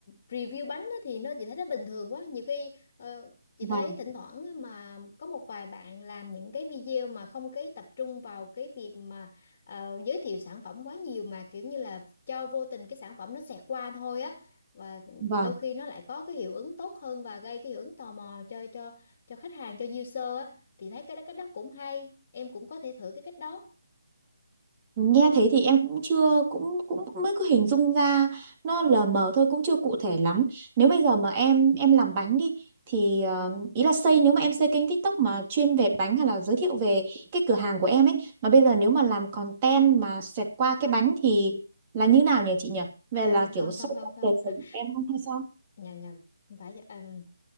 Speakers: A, on the left (about 35°); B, on the right (about 25°).
A: review bánh á, thì nó chị thấy nó bình thường quá nhiều khi ờ, chị
B: Vâng
A: thấy thỉnh thoảng á, mà có một vài bạn làm những cái video mà không cái tập trung vào cái việc mà ờ, giới thiệu sản phẩm quá nhiều mà kiểu như là cho vô tình cái sản phẩm nó xẹt qua thôi á và
B: vâng
A: đôi khi nó lại có cái hiệu ứng tốt hơn và gây cái hiệu ứng tò mò cho cho cho khách hàng cho user á thì thấy cái đó cái đó cũng hay em cũng có thể thử cái cách đó
B: Nghe thế thì em cũng chưa cũng cũng cũng mới cứ hình dung ra nó lờ mờ thôi cũng chưa cụ thể lắm. Nếu bây giờ mà em em làm bánh đi thì ờ, ý là xây nếu mà em xây kênh TikTok mà chuyên về bánh hay là giới thiệu về cái cửa hàng của em ấy mà bây giờ nếu mà làm content mà xẹt qua cái bánh thì là như nào nhỉ chị nhỉ? Về
A: à
B: là kiểu
A: không
B: sâu
A: không không
B: sắc
A: không
B: đời
A: <laughs>
B: sống của em không hay sao?
A: nhầm nhầm không phải um,